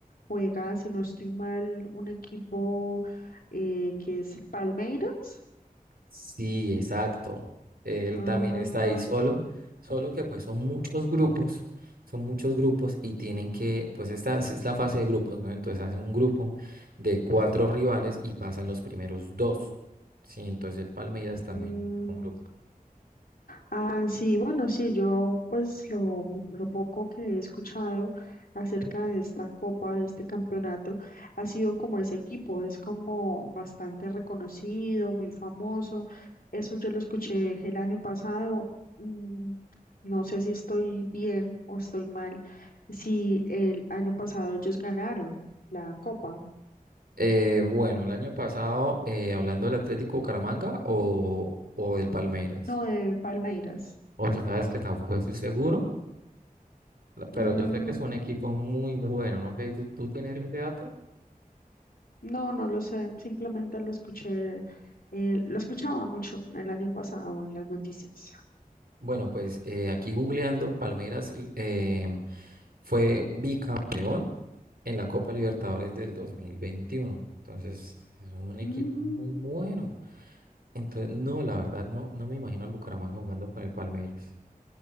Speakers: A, on the left; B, on the right.
A: juega, si no estoy mal, un equipo eh, que es Palmeiras.
B: Sí, exacto. Él
A: Ah,
B: también está ahí solo, solo que pues son muchos grupos, son muchos grupos y tienen que, pues esta es la fase de grupos, ¿no? Entonces hacen un grupo de cuatro rivales y pasan los primeros dos. Sí, entonces el Palmeiras también
A: mm,
B: es un grupo.
A: Ah, sí, bueno, sí, yo pues lo, mu- lo poco que he escuchado acerca de esta copa, de este campeonato, ha sido como ese equipo, es como bastante reconocido, muy famoso. Eso yo lo escuché el año pasado. mm, no sé si estoy bien o estoy mal, si el año pasado ellos ganaron la copa,
B: Eh, bueno, el año pasado, eh, hablando del Atlético Bucaramanga o, o del Palmeiras,
A: no de Palmeiras.
B: o sea, sabes que tampoco estoy seguro, la- pero
A: Mm,
B: yo sé que es un equipo muy bueno, no sé, ¿tú, tú tienes ese dato?
A: No, no lo sé, simplemente lo escuché, eh, lo escuchaba mucho el año pasado en las noticias.
B: Bueno, pues eh, aquí googleando, Palmeiras eh, fue bicampeón en la Copa Libertadores del 2021. Entonces, es un equipo
A: Mm,
B: muy bueno. Entonces, no, la verdad, no, no me imagino al Bucaramanga jugando con el Palmeiras.